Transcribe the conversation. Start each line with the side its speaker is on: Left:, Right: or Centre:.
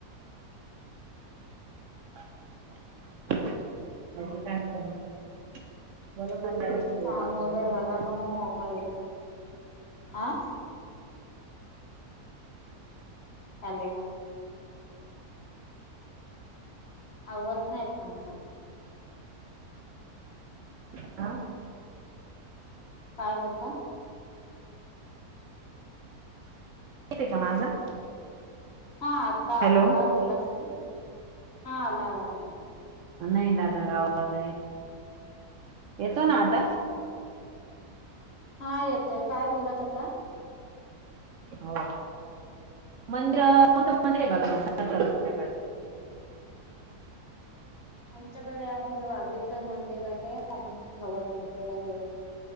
Right: <unintelligible> बोलू
Left: काम
Right: आपण
Left: वगैरे
Right: एखाद्या.
Left: झालं का मग मोबाईल म आं. हॅलो. आवाज नाहीत येत तुमचा.
Right: <unintelligible>
Left: काय बलता
Right: येत ये का माझा.
Left: हा आत्ता
Right: हॅलो
Left: आला काय बोलला तुम्ही हा आला. आला आवाज
Right: अ नय दाद. गावात येतो ना आता.
Left: हा येतोय काय बोलत होता.
Right: हो. मंद्र होत <unintelligible> बघ ना तुमच्याकडे
Left: आमच्याकडे आहे वागेश्वर मंदिर आहे आणि भ <unintelligible> वन मंदिर आहे.